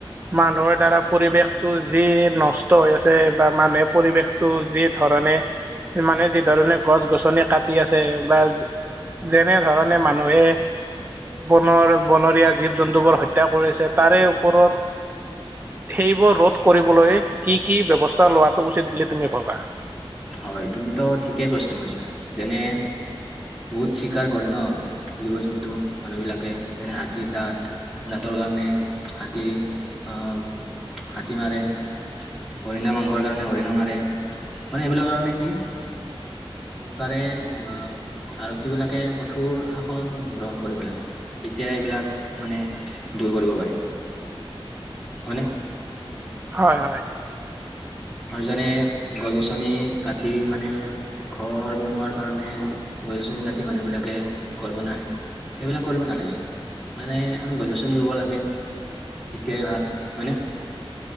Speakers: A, on the right; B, in the centre.
A: মানুহৰ দ্বাৰা পৰিৱেশটো যি নষ্ট হৈ আছে বা মানুহে পৰিৱেশটো যি ধৰ ণে, মানে যি ধৰণে গছ-গছনি কাটি আছে বা যেনেধৰণে মানুহে বনৰ- বনৰীয়া জীৱ-জন্তুবোৰ হত্যা কৰিছে। তাৰে ওপৰত সেইবোৰ ৰোধ কৰিবলৈ কি - কি ব্যৱস্থা লোৱাটো উচিত বুলি তুমি ভাবা?
B: হয়, তুমিতো ঠিকেই প্ৰশ্ন কৰিছা। যেনে বহুত চীকাৰ কৰে ন জীৱ জন্তু মানুহ বিলাকে যেনে হাতীৰ দাঁত দাঁতৰ কাৰণে হাতী আহ হাতী মাৰে হৰিণা মাংসৰ কাৰণে হৰিণা মাৰে মানে এইবিলাক কাৰণে কি চৰকাৰে আহ আৰক্ষী বিলাকে কঠোৰ শাসন গ্ৰহণ কৰিব লাগে এতিয়া এইবিলাক মানে দূৰ কৰিব পাৰি হয়নে?
A: হয় হয়
B: আৰু জানে, গছ-গছনি কাটি মানে ঘৰ বনোৱাৰ কাৰণে গছ-গছনি কাটি মানুহবিলাকে ঘৰ বনায়। সেইবিলাক কৰিব নালাগে। নাই - নাই, আমি গছ-গছনি ৰুব লাগে। তেতিয়াই ভাল, হয় নে?